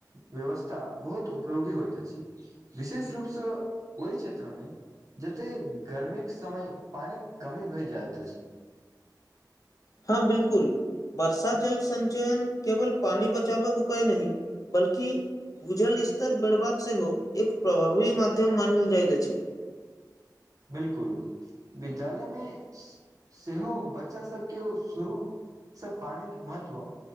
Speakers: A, on the right (about 50°); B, on the left (about 50°).
A: व्यवस्था बहुत उपयोगी होइत अछि विशेष रूपसँ ओहि क्षेत्रमे जते गर्मी के समय पानि कमी भए जाय छै
B: हँ बिलकुल वर्षा जल संचयन केवल पानि बचावक उपाय नहि बल्कि भूजल इस्तर बड़बाक सेहो एक प्रभावी माध्यम मानल जाइत अछि
A: बिल्कुल विद्यालयमे सेहो बच्चा सबके शुरूसँ पानिके महत्व